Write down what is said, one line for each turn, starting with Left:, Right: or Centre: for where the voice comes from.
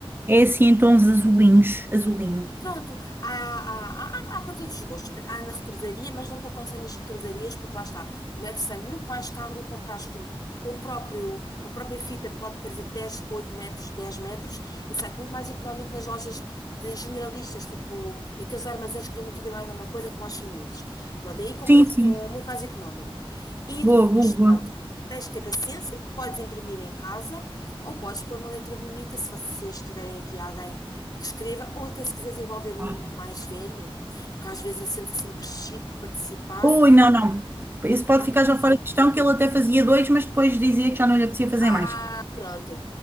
Right: É assim em tons azulinhos, azulinho.
Left: Pronto, há, há, há, há para todos os gostos. Há na retrosaria, mas não te aconselho as retrosarias, porque lá está, o metro sai muito mais caro do que compraste tu um próprio, uma própria fita, pode trazer 10 8 metros, 10 metros, e sai muito mais económico nas lojas de generalistas, tipo daqueles armazéns que vendem tudo e mais alguma coisa, como aos chineses. Pronto, aí compras
Right: Sim, sim.
Left: eh, muito mais económico. E
Right: Boa,
Left: depois,
Right: boa, boa.
Left: pronto. Tens que ter paciência, podes imprimir em casa ou podes pôr uma letra bonita se vocês tiverem aqui alguém que escreva, ou até se quiseres envolver um
Right: Ah,
Left: irmão mais velho, porque às vezes ele sente-se assim crescido por participar,
Right: Ui, não, não. Esse pode
Left: não?
Right: ficar
Left: é?
Right: já fora de questão, que ele até fazia dois, mas depois dizia que já não lhe apetecia fazer
Left: Ah,
Right: mais.
Left: pronto,